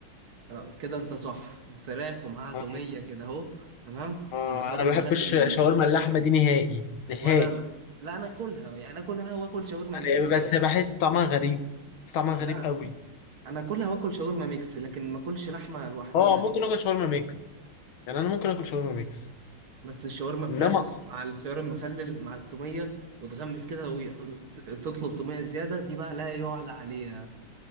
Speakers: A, on the right; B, on the left.
A: آه، كده انت صح فراخ ومعاها تومية
B: آه.
A: كده اهو تمام
B: آه.
A: والخيار
B: انا
A: المخلل
B: ما بحبش
A: اللي...
B: شاورما اللحمه دي نهائي نهائي
A: ولا انا لا انا اكلها يعني اكلها واكل شاورما
B: يعني
A: ميكس
B: بس
A: لكن
B: بحس طعمها غريب بس طعمها غريب
A: لا
B: قوي
A: انا اكلها واكل شاورما ميكس لكن ما اكلش لحمة لوحديها
B: اه
A: دي
B: ممكن اكل شاورما ميكس يعني انا ممكن اكل شاورما ميكس
A: بس الشاورما فراخ
B: انما
A: مع الخيار المخلل مع التومية وتغمس كده وتطلب تومية زيادة دي بقى لا يعلى عليها